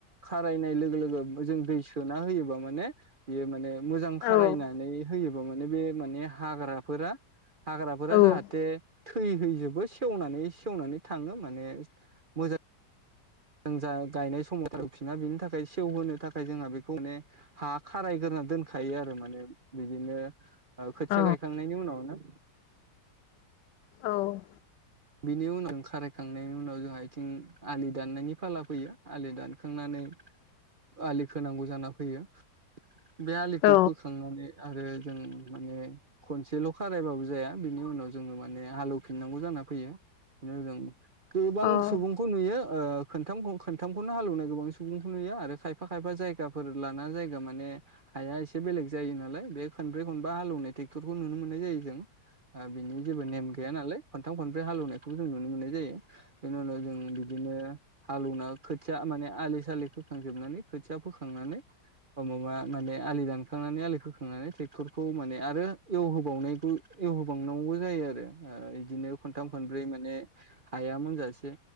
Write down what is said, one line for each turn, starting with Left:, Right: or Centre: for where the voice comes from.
Right: खारायनाय लोगो लोगो जों दै सोना होयोब्ल माने बेयो माने मोजां खारायनानै
Left: औ
Right: होयोब माने बे माने हाग्राफोरा हाग्राफोरा
Left: औ
Right: जाहाथे
Left: औ
Right: थैहैजोबो सेवनानै सेवनानै थाङो माने मोजां जों जा गायनाय समाव गारफिना बेनि थाखाय सेवहोनो थाखाय जोंहा बेखौाने हा खारायगोरां दोनखायो आरो माने बिदिनो खोथिया
Left: औ
Right: गायखांनायनि उनावनो
Left: औ।
Right: बिनि उनाव खारायखांनायनि उनाव जोंहा आथिं आलि दाननायनि फाला फैयो आलि दानखांनानै आलि खोनांगौ जाना फैयो बे आलिखौ
Left: अ औ
Right: फोखांनानै आरो जों माने खनसेल' खारायबाबो जाया बिनि उनाव जोंङो माने हालेवफिननांगौ जाना फैयो जों गोबां
Left: औ
Right: सुबुंखौ नुयो खथामखौ खोनथामखौनो हालेवनाय गोबां सुबुंखौ नुयो आरो खायफा खायफा जायगाफोर लाना जायगा माने हाया एसे बेलेग जायो नालाय बे खनब्रै खनबा हालेवनाय ट्रेक्टरखौ नुनो मोननाय जायो जों बिनि जेबो नेम गैया नालाय हालौनायखौों ननो मोननाय जायो बेनि उनाव जों बिदिनो हालेवनाय खोथाया माने आलि सालि खोखांनानै खोथिया फोखांनानै अबेबा माने आलि दानखांनानै आलि खोखांनानै ट्रेक्टरखौ माने आरो एवहोबावनायखौ एवहोबांनांगौ जायो आरो ओ बिदिनो खनथाम खनब्रै माने हायामोनजासे